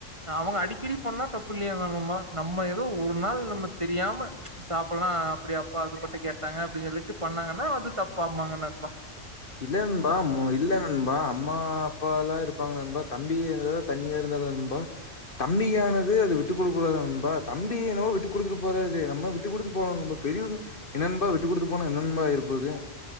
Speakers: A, on the right; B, on the left.
A: அவங்க அடிக்கடி பண்ணா தப்பு இல்லையா மா நம்ம ஏதோ ஒரு நாள் நம்ம தெரியாம சாப்டலா அப்டி அப்பா ஆசப்பட்டு கேட்டாங்க அப்டின்னு சொல்லிட்டு பண்ணாங்கன்னா அது தப்பாமாங்கன் அர்த்தோ
B: இல்ல நண்பா மொ இல்ல நண்பா அம்மா அப்பா எல்லா இருப்பாங்க நண்பா தம்பி ஏதோ தனியா இருந்தாத நண்பா தம்பியானது அது விட்டுக் குடுக்க கூடாது நண்பா தம்பி என்னவோ விட்டு குடுத்துட்டு போறது நம்ம விட்டு குடுத்து போவோ நம்ப பெரியவங்க என்ன நண்பா விட்டு குடுத்து போனா என்ன நண்பா ஆயிரப்போது